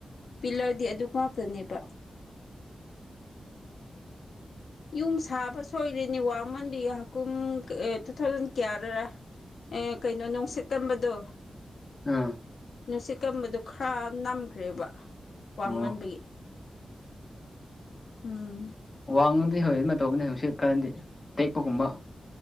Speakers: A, on the left (about 80°); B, on the left (about 30°).
A: ꯄꯤꯂꯔꯗꯤ ꯑꯗꯨ ꯉꯥꯛꯇꯅꯦꯕ ꯌꯨꯝ ꯁꯥꯕ ꯁꯣꯏꯔꯅꯤ ꯋꯥꯡꯃꯟꯕꯤ ꯍꯥꯀꯨꯝ ꯑꯦ ꯇꯨ ꯊꯥꯎꯖꯟ ꯀꯌꯥꯔꯔꯥ ꯑꯦ ꯀꯩꯅꯣ ꯅꯨꯡꯁꯤꯠꯀꯟꯝꯕꯗꯣ
B: ꯑꯥ
A: ꯅꯨꯡꯁꯤꯠ ꯀꯝꯕꯗꯨ ꯈꯔ ꯅꯝꯈ꯭ꯔꯦꯕ ꯋꯥꯡꯃꯟꯕꯒꯤ
B: ꯑꯣ
A: ꯎꯝ
B: ꯋꯥꯡ ꯉꯗꯤ ꯍꯧꯣꯏ ꯃꯇꯧꯅꯤ ꯁꯅꯨꯡꯁꯤꯠ ꯀꯔꯗꯤ ꯇꯦꯛꯄꯒꯨꯝꯕ